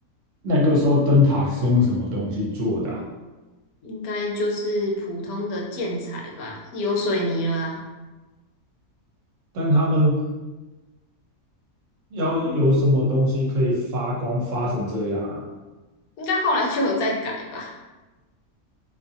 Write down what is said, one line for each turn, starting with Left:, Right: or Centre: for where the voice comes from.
Right: 那个时候灯塔是用什么东西做的啊
Left: 应该就是普通的建材吧，有水泥了啊，
Right: 但他们要有什么东西可以发光发成这样啊？
Left: 应该后来就有在改吧。